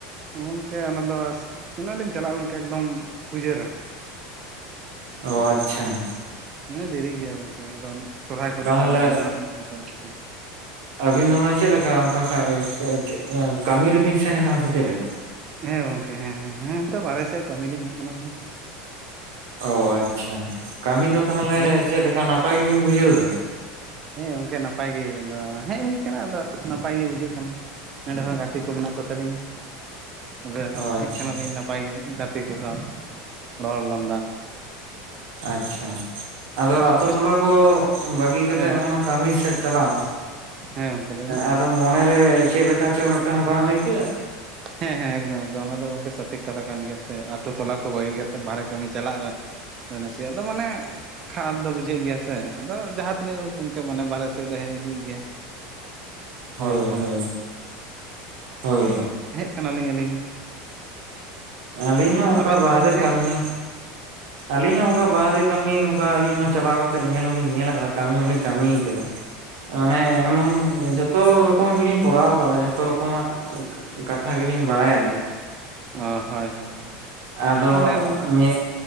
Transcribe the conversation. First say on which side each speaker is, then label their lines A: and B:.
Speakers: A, on the right; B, on the right.
A: ᱜᱚᱝᱠᱮ ᱚᱱᱟ ᱫᱚ ᱚᱱᱟᱜ ᱞᱤᱧ ᱪᱟᱞᱟᱜ-ᱟ ᱜᱚᱝᱠᱮ ᱮᱠᱫᱚᱢ ᱯᱩᱡᱟ‌ᱹ ᱨᱮ᱾
B: ᱚ ᱟᱪᱪᱷᱟ ᱮᱸ
A: ᱦᱮᱸ ᱫᱮᱨᱤ ᱜᱮᱭᱟ ᱜᱚᱝᱠᱮ ᱮᱠᱫᱚᱢ ᱥᱚᱨᱦᱟᱭ ᱠᱚᱛᱮ
B: ᱛᱟᱦᱚᱞᱮ
A: ᱪᱟᱞᱟᱜ ᱦᱩᱭᱩᱜ-ᱟ ᱦᱟᱸᱜ᱾ ᱟᱨ ᱠᱤ᱾
B: ᱟᱵᱤᱱ ᱫᱚ ᱢᱟᱱᱮ ᱪᱮᱫ ᱞᱮᱠᱟ ᱚᱱᱠᱟ ᱠᱷᱟᱡ ᱪᱮᱜ ᱠᱟᱢᱤ ᱨᱤᱵᱤᱱ ᱥᱮᱱ ᱠᱟᱱᱟ ᱥᱮ ᱪᱮᱫ ᱞᱮᱠᱟ?
A: ᱦᱮᱸ ᱜᱚᱝᱠᱮ ᱦᱮᱸ ᱦᱮᱸ ᱦᱮᱸ ᱚᱱᱛᱮ ᱵᱟᱨᱮᱥᱮᱜ ᱠᱟᱹᱢᱤ ᱞᱤᱧ ᱦᱮᱡ ᱠᱟᱱᱟ ᱜᱚᱝᱠᱮ
B: ᱚ ᱟᱪᱪᱷᱟ ᱠᱟᱹᱢᱤ ᱫᱚ ᱛᱟᱦᱚᱸᱞᱮ
A: ᱟᱵᱮᱱ
B: ᱪᱮᱫ ᱞᱮᱠᱟ ᱱᱟᱯᱟᱭ ᱜᱮ ᱵᱤᱱ ᱵᱩᱡᱷᱟᱹᱣ ᱫᱟ
A: ᱦᱮᱸ ᱜᱚᱝᱠᱮ ᱱᱟᱯᱟᱭ ᱜᱮ ᱟᱫᱚ ᱦᱮᱡ ᱦᱩᱭ ᱠᱟᱱᱟ ᱟᱫᱚ ᱱᱟᱯᱟᱭ ᱜᱮ ᱵᱩᱡᱷᱟᱹᱜ ᱠᱟᱱᱟ ᱱᱮᱸᱰᱮ ᱦᱚᱸ ᱜᱟᱛᱮ ᱠᱚ ᱢᱮᱱᱟᱜ ᱠᱚᱛᱟᱞᱤᱧᱟ ᱟᱫᱚ
B: ᱚ ᱟᱪᱪᱷᱟ
A: ᱦᱮᱡ ᱠᱟᱱᱟᱞᱤᱧ ᱱᱟᱯᱟᱭ ᱜᱮ ᱜᱟᱛᱮ ᱠᱚ ᱥᱟᱶ ᱨᱚᱲ ᱞᱟᱸᱫᱟ
B: ᱟᱪᱪᱷᱟ ᱟᱫᱚ ᱟᱛᱳ
A: ᱟᱯᱮ
B: ᱴᱚᱞᱟ ᱠᱚ ᱵᱟᱹᱜᱤ ᱠᱟᱛᱮᱜ
A: ᱦᱮᱸ
B: ᱚᱱᱟ ᱠᱟᱹᱢᱤ ᱥᱮᱫ ᱪᱟᱞᱟᱣ
A: ᱦᱮᱸ ᱜᱚᱝᱠᱮ ᱞᱟᱹᱭ ᱵᱮᱱ
B: ᱟᱫᱚ ᱢᱚᱱᱮᱨᱮ ᱪᱮᱫ ᱞᱮᱠᱟ ᱪᱚ ᱢᱤᱫᱴᱟᱝ ᱵᱟᱝ ᱟᱹᱭᱠᱟᱹᱜ ᱟ
A: ᱦᱮᱸ ᱦᱮᱸ ᱮᱠᱫᱚᱢ ᱮᱠᱫᱚᱢ ᱚᱱᱟ ᱫᱚ ᱜᱚᱝᱠᱮ ᱥᱚᱴᱷᱤᱠ ᱠᱟᱛᱷᱟ ᱠᱟᱱ ᱜᱮᱭᱟ ᱥᱮ ᱟᱹᱛᱩ ᱴᱚᱞᱟ ᱠᱚ ᱵᱟᱹᱜᱤ ᱠᱟᱛᱮ ᱵᱟᱨᱦᱮ ᱠᱟᱹᱢᱤ ᱪᱟᱞᱟᱜ ᱱᱟᱥᱮᱭᱟᱜ ᱫᱚ ᱢᱟᱱᱮ ᱠᱷᱟᱨᱟᱯ ᱫᱚ ᱵᱩᱡᱷᱟᱹᱜ ᱜᱮᱭᱟ ᱥᱮ ᱟᱫᱚ ᱡᱟᱦᱟᱸ ᱛᱤᱱᱟᱹᱜ ᱜᱚᱝᱠᱮ ᱢᱟᱱᱮ ᱵᱟᱨᱦᱮ ᱥᱮᱜ ᱫᱚ ᱦᱮᱡ ᱦᱩᱭᱩᱜ ᱜᱮᱭᱟ
B: ᱦᱳᱭ
A: ᱦᱚᱲ ᱦᱚᱯᱚᱱ
B: ᱦᱳᱭ ᱦᱳᱭ
A: ᱟᱫᱚ ᱦᱮᱡ ᱠᱟᱱᱟ ᱞᱤᱧ ᱟᱹᱞᱤᱧ ᱦᱚᱸ
B: ᱟᱹᱞᱤᱧ ᱦᱚᱸ ᱚᱱᱠᱟ
A: ᱟᱵᱮᱱ
B: ᱵᱟᱨᱦᱮ
A: ᱫᱚ ᱜᱚᱝᱠᱮ
B: ᱠᱟᱹᱢᱤ ᱟᱹᱞᱤᱧ ᱦᱚᱸ ᱚᱱᱠᱟ ᱵᱟᱦᱨᱮ ᱠᱟᱹᱢᱤ ᱚᱝᱠᱟ ᱟᱹᱞᱤᱧ ᱦᱚᱸ ᱪᱟᱞᱟᱣ ᱠᱟᱛᱮ ᱧᱮᱞ ᱦᱚᱞᱤᱧ ᱧᱮᱞ ᱟᱠᱟᱫᱟ ᱠᱟᱹᱢᱤ ᱦᱚᱞᱤᱧ ᱠᱟᱹᱢᱤ ᱠᱟᱫᱟ ᱢᱟᱱᱮ ᱮᱢᱚᱱ ᱡᱷᱚᱛᱚ ᱨᱚᱠᱚᱢ ᱜᱮᱞᱤᱧ ᱠᱚᱨᱟᱣ ᱠᱟᱫᱟ ᱡᱷᱚᱛᱚ ᱨᱚᱠᱚᱢᱟᱜ ᱠᱟᱛᱷᱟ ᱜᱮᱞᱤᱧ ᱵᱟᱲᱟᱭᱟᱞᱤᱧ
A: ᱚᱸ ᱦᱳᱭ ᱦᱳᱭ
B: ᱟᱫᱚ
A: ᱢᱟᱱᱮ
B: ᱧᱮᱜ